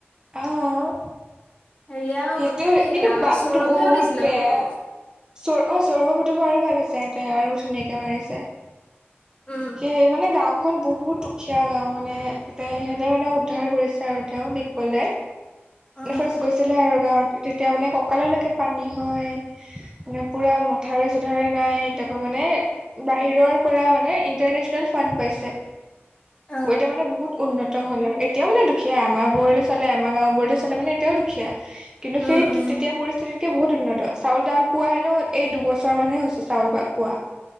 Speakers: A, on the right (about 20°); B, on the left (about 25°).
A: আহ
B: হেৰিয়া
A: সেইটোয়ে
B: কি
A: কিন্তু
B: আ,
A: বাটটো
B: সৌৰভেও
A: বহুত
B: দিছিলে
A: বেয়া।
B: ফটো
A: চ অ চৰভ সৈতে হোৱাই ভাল হৈছে। ইহতে আৰু ধুনীয়াকে মাৰিছে।
B: উম,
A: কি মানে গাঁওখ এখন বহুত দুখীয়া গাওঁ মানে, এতে সিহঁতে মানে উদ্ধাৰ কৰিছে আৰু তেওঁ ক'লে।
B: উম।
A: ফাৰ্ষ্ট গৈছি ছিলে আৰু গাঁৱ তেতিয়া মানে ককাললৈকে পানী হয়। মানে পুৰা মথাউৰি- চথাউৰি ধৰে নাই তাৰ পৰা মানে বাহিৰৰ পৰা মানে ইণ্টাৰনেচনেল ফাণ্ড পাইছে।
B: অ',
A: মই এতিয়া মানে বহুত উন্নত হ'ল আৰু, এতিয়াও মানে দুখীয়া আমাৰ বোৰলে চালে আমাৰ গাঁওবোৰলে চালে মানে এতিয়াও দুখীয়া। কিন্তু
B: উম,
A: সেই,
B: উম,
A: তেতিয়া পৰিস্থিতি তে বহুত উন্নত, চাউল তাউল পোৱা হেনো এই দুবছৰ মানে হৈছে চাউল <unintelligible> পোৱা।